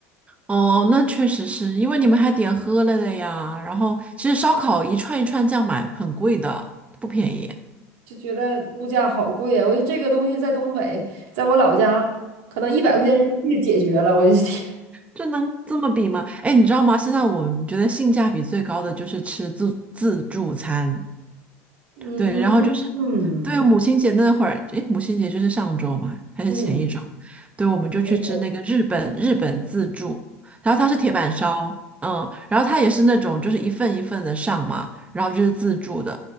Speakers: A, on the right; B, on the right.
A: 哦，那确实是因为你们还点喝了的呀，然后其实烧烤一串一串这样买很贵的，不便宜。
B: 就觉得物价好贵啊！我觉得这个东西在东北，在我老家，可能一百块钱人民币就解决了。我就天，
A: 这能这么比吗？哎，你知道吗？现在我们觉得性价比最高的就是吃自自助餐，
B: <laughs> 嗯嗯
A: 对，然后就是对母亲节那会儿，哎，母亲节就是上周嘛，还是前一周？
B: 嗯，
A: 对，我们就去吃那个日本日本自助，
B: 哎呦，
A: 然后它是铁板烧，嗯，然后它也是那种就是一份一份的上嘛，然后就是自助的，